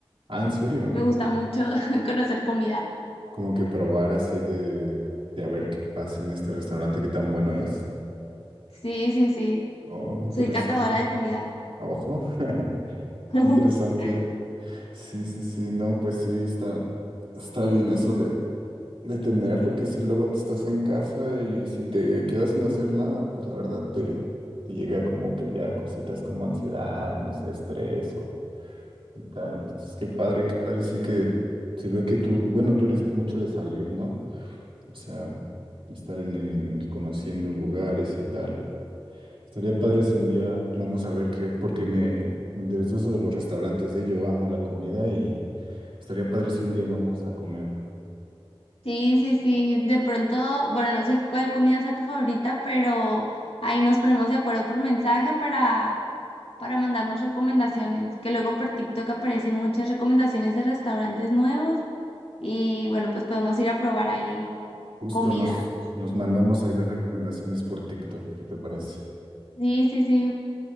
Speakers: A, on the right; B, on the left.
A: Ah, ¿en serio?
B: Me gusta mucho <laughs> conocer comida.
A: Como que probar así de, de a ver qué pasa en este restaurante, qué tan bueno es.
B: Sí, sí, sí.
A: Oh, interesante.
B: Soy catadora de comida.
A: Ojo, <laughs>
B: <laughs>
A: qué interesante. Sí, sí, sí, no, pues sí, está, está bien eso de, de tener, porque si luego te estás en casa y si te quedas sin hacer nada, pues la verdad te, te llega como que ya cositas como ansiedad, no sé, estrés o y tal. Entonces, qué padre, qué padre, sí que se ve que tú, bueno, tú eres mucho de salir, ¿no? O sea, estar en el, conociendo lugares y tal. Estaría padre si un día vamos a ver qué, porque me, me interesó eso de los restaurantes, ¿eh? Yo amo la comida y estaría padre si un día vamos a comer.
B: Sí, sí, sí. De pronto, bueno, no sé cuál comida sea tu favorita, pero ahí nos ponemos de acuerdo por mensaje para, para mandarnos recomendaciones, que luego por TikTok aparecen muchas recomendaciones de restaurantes nuevos y bueno, pues podemos ir a probar ahí.
A: Justo
B: comida.
A: nos, nos mandamos ahí las recomendaciones por TikTok, ¿qué te parece?
B: Sí, sí, sí.